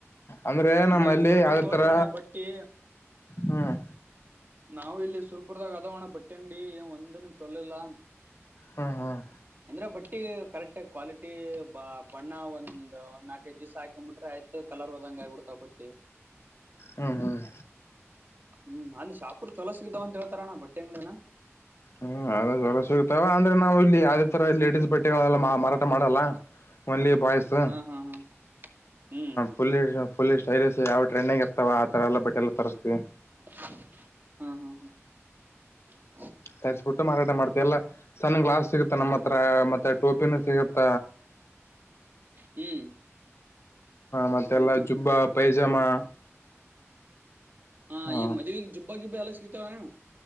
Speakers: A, on the left; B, on the right.
A: ಅಂದ್ರೆ ನಮ್ಮಲ್ಲಿ
B: ನಾವಿಲ್ಲಿ ಸುರ್ಪುರ್
A: ಯಾವ್ದ
B: ತೋತೋಣ
A: ತರ
B: ಬಟ್ಟಿ
A: ಹ್ಮ್
B: ನಾವು ಇಲ್ಲಿ ಸುರ್ಪುರದಾಗ ಅದಾವಣ್ಣ ಬಟ್ಟೆ ಅಂಗಡಿ ಏ ಒಂದ ಚೊಲಿಲ್ಲಾ.
A: ಹ್ಮ್ ಹ್ಮ್
B: ಅಂದ್ರೆ ಬಟ್ಟಿ ಕರೆಕ್ಟ್ ಕ್ವಾಲಿಟಿ ಬ ಬಣ್ಣ ಒಂದ್ ನಾಲ್ಕೈದು ದಿವಸ ಹಾಕ್ಬಿಟ್ರೆ ಆಯ್ತು ಕಲರ್ ಹೋದಂಗ ಆಗಿಬಿಡ್ತಾವ ಬಟ್ಟಿ.
A: ಹ್ಮ ಹ್ಮ್ಮ್
B: ಹ್ಮ್ ಅಲ್ಲಿ ಶಾಪ್ರರು ಚಲೋ ಸಿಗ್ದಾವ ಅಂತ ಹೇಳ್ತಾರಣ್ಣ ಬಟ್ಟೆ ಅಂಗಡಿ
A: ಹ್ಮ್ಮ್ ಅದಾಗೆ ಅದು ಸಸಿಗತವಾ ಅಂದ್ರೆ ನಾವು ಇಲ್ಲಿ ಯಾವುದೇ ತರ ಲೇಡೀಸ್ ಬಟ್ಟೆಗಳೆಲ್ಲ ಮಾರಾಟ ಮಾಡಲ್ಲ ಒನ್ಲಿ ಬಾಯ್ಸ್ ಹ
B: ಹಾ ಹಾ ಹಾ ಹ್ಮ್
A: ಪುಲ್ಲಿ ಪುಲ್ಲಿ. ಹೌದು ಸರ್ ಯಾವ ಟ್ರೆಂಡಿಂಗ್ರ್ತ ಆ ತರ ಎಲ್ಲ ಬಟ್ಟೆಗಳನ್ನ ತರಿಸ್ತಿವಿ.
B: <unintelligible> ಹು. ಹು. ಹೂ.
A: ತರಿಸಿಬಿಟ್ಟು ಮಾರಾಟ ಮಾಡ್ತಲ್ಲಾ. ಸಣ್ಣ ಗಾಲಾಸ್ಟ್ ಸಿಗುತ್ತ ನಮ್ಮ್ ಹತ್ರ ಮತ್ತೆ ಟೋಪಿನ ಸಿಗುತ್ತ
B: ಹ್ಮ್
A: ಮತ್ತೆಲ್ಲಾ
B: ಹ್ಮ್ ಹ್ಮ್
A: ಜುಬ್ಬ
B: ಹ್ಮ್
A: ಪೈಜಾಮಾ
B: ಹಾ
A: ಹ
B: ಈ ಮದುವೆಗೆ ಜುಬ್ಬ. ಬಾಜ ಬಾಲಲ್ಲ ಸಿಗತಾವವ್ಣ